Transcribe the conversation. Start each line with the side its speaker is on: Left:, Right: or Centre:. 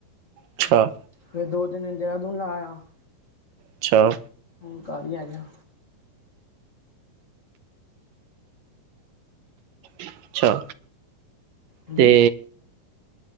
Right: ਅੱਛਾ।
Left: ਫੇਰ ਦੋ-ਤਿੰਨ ਦਿਨ ਦੇਹਰਾਦੂਨ ਲਾ ਆਇਆ।
Right: ਅੱਛਾ।
Left: ਹੁਣ ਘਰ ਹੀ ਹੈਗੇਆ।
Right: ਅੱਛਾ
Left: ਹਾਂਜੀ
Right: ਤੇ